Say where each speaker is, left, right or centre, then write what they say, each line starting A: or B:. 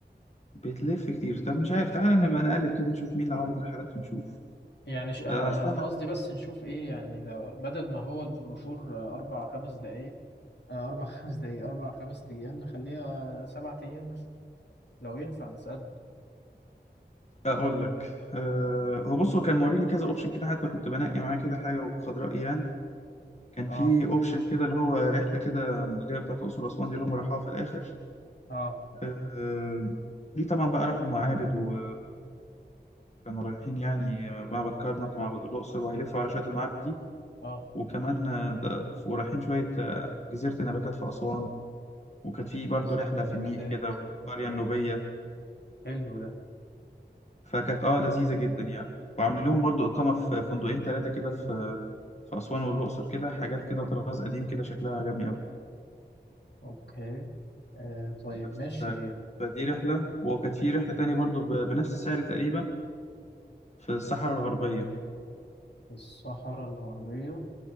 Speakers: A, on the left; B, on the left.
A: بتلف كتير طب مش عارف تعالى نبقى نقلب كده نشوف مين اللي عرض الرحلات ونشوف
B: يعني ش... آه،
A: آه، استنى
B: انا انا قصدي بس نشوف ايه يعني لو بدل ما هو البروشور آه، اربع خمس دقايق آه، اربع <laughs> خمس دقايق اربع خمس ايام نخليها سبعة ايام مثلا لو ينفع نسالهم
A: أقول لك آه، هو بص هو كان موريلي كذا أوبشن كده حتى كنت بنقي معاه كده حاجة وخد رأيي يعني كان
B: اه
A: في أوبشن كده اللي هو رحلة كده اللي هي بتاعت الأقصر وأسوان دي اللي هم راحوها في الآخر
B: اه
A: آه، آه، دي طبعا بقى راحوا معابد و- كانوا رايحين يعني معبد كرنك ومعبد الأقصر وهيلفوا على شوية المعابد دي
B: اه
A: وكمان آه، ده- ورايحين شوية آه، جزيرة النباتات في أسوان وكانت في
B: جزيرة
A: برضه رحلة
B: النباتات
A: في النيل كده والقرية
B: أوكي
A: النوبية
B: حلو ده
A: فكانت اه لذيذة جدا يعني وعاملين لهم برضه إقامة في فندقين ثلاثة كده في في أسوان والأقصر كده حاجات كده طراز قديم كده شكلها عجبني أوي
B: أوكي آه طيب
A: بس
B: ماشي
A: ف- فدي رحلة وكانت في رحلة تانية برضه ب- بنفس السعر تقريبا في الصحراء الغربية
B: الصحراء الغربية